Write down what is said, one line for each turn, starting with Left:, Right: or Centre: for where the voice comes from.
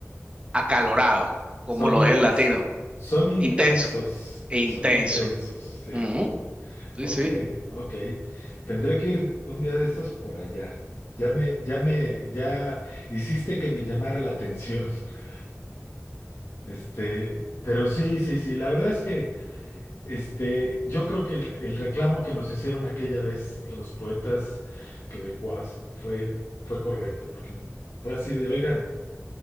Right: acalorados, como
Left: Son,
Right: lo
Left: in-
Right: es el latino,
Left: son intensos,
Right: intenso, intenso.
Left: son intensos, sí.
Right: Ujú, sí,
Left: Ok,
Right: sí.
Left: ok. Tendré que ir un día de estos por allá. Ya me, ya me, ya hiciste que me llamara la atención. <laughs> Este, pero sí, sí, sí. La verdad es que, este, yo creo que el, el reclamo que nos hicieron aquella vez los poetas quebecuas fue, fue correcto, porque fue así de, oigan,